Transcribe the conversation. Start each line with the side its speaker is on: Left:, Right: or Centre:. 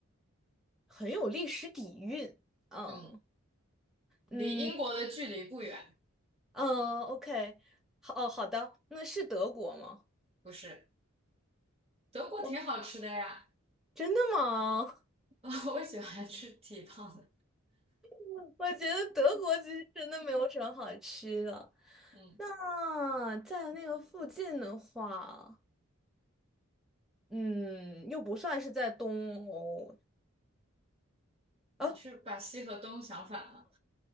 Centre: 很有历史底蕴。嗯
Right: 嗯，离英国的距离不远，
Centre: 嗯嗯，OK，好，哦，好的，那是德国吗？
Right: 不是。德国挺好吃的呀，
Centre: 哇，真的吗？
Right: <laughs> 我喜欢吃蹄膀的。
Centre: <laughs> 我觉得德国其实真的没有什么好吃的。
Right: 嗯，
Centre: 那在那个附近的话，嗯，又不算是在东欧，啊，
Right: 你是把西和东想反了？